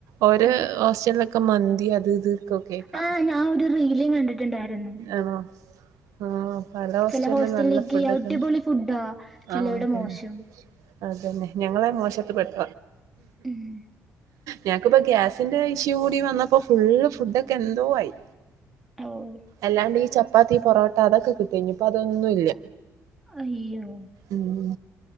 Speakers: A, on the right; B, in the centre.
A: ഓര
B: ആഹ്
A: ഹോസ്റ്റലക്കെ ഒക്കെ മന്തി അത് ഇത് കേക്കാ
B: ആഹ് ഞാന് ഒരു റീല് കണ്ടിട്ടുണ്ടായിരുന്നു
A: ആണോ ആഹ് പല ഹോസ്റ്റലിലും
B: ചെല ഹോസ്റ്റലിലേക്ക്
A: നല്ല ഫുഡൊക്കെ
B: അടിപൊളി ഫുഡാ ചെലവിടെ
A: ആഹ് തന്നെ
B: മോശം
A: അതന്നെ ഞങ്ങളെ മോശത്ത് പെട്ട
B: ഉം
A: ഞനക്കിപ്പോ ഗ്യാസിന്റെ ഇഷ്യൂ കൂടി വന്നപ്പോ ഫുള് ഫുഡൊക്കെ എന്തോ ആയി
B: ഓഹ്
A: അല്ലാണ്ട് ഈ ചപ്പാത്തി പൊറോട്ട അതൊക്കെിട്ട ഇഞ്ഞിപ്പൊ അതൊന്നുല്ല
B: അയ്യോ
A: ഉം